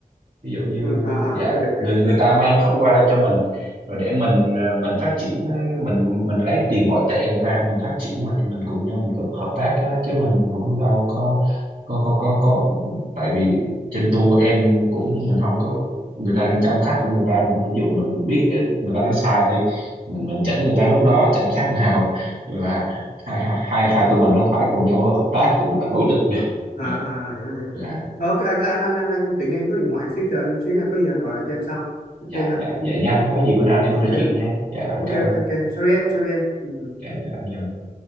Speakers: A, on the right (about 75°); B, on the left (about 85°).
A: ví dụ như
B: ừ, à, à
A: dạ
B: hiểu hiểu hiểu
A: người người ta mang khách qua đây cho mình rồi để mình ờ, mình phát triển ờ, mình mình lấy tiền ngoại tệ người ta để mình phát triển mà thì mình cùng nhau mình cùng hợp tác chứ, chứ mình cũng đâu có có có có có tại vì trên tour em cũng mình không có người ta đang chăm khách của người ta mà ví dụ mình biết cái người ta nói sai đi mình mình chỉnh người
B: Ừ,
A: ta lúc đó chẳng khác nào là hai hai hai hai tụi mình không phải cùng nhau hợp tác tụi mình là đối địch <laughs>
B: à,
A: dạ
B: à hiểu hiểu
A: dạ
B: hiểu ok anh anh anh, anh, anh tự nhiên có điện thoại xíu chờ anh xíu nha có gì anh gọi lại cho em sau ok
A: dạ
B: nha
A: dạ dạ nhanh có gì bữa nào anh em mình nói
B: ok
A: chuyện nha dạ là em
B: ok
A: cảm
B: ok
A: ơn
B: ok sorry em sorry em Ừ, ừ.
A: dạ dạ em chào anh.